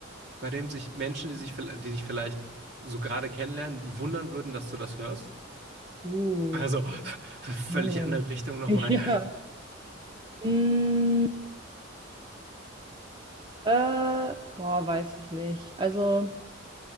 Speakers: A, on the right (about 55°); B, on the right (about 20°).
A: bei dem sich Menschen, die sich, die dich vielleicht so gerade kennenlernen, wundern würden, dass du das hörst?
B: Uh,
A: Also, <laughs> völlig
B: oh.
A: andere Richtung nochmal.
B: <laughs> Ja. Mm, äh, boah, weiß ich nicht. Also.